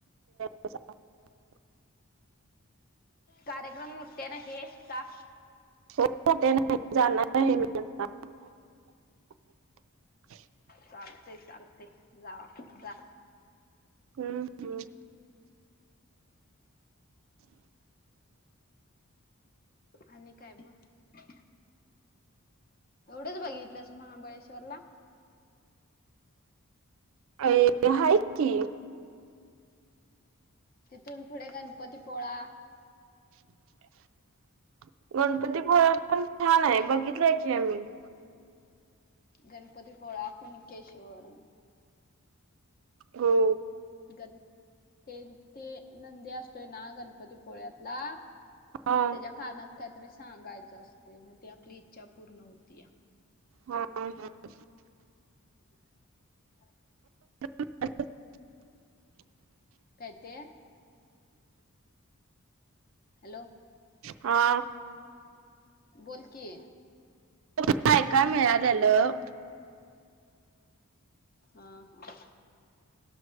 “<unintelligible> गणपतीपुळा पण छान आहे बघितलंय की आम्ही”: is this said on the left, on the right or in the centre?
Right